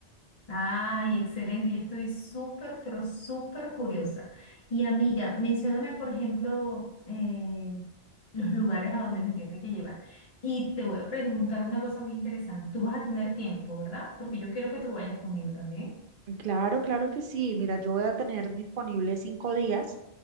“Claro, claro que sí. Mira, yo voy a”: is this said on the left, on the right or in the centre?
Right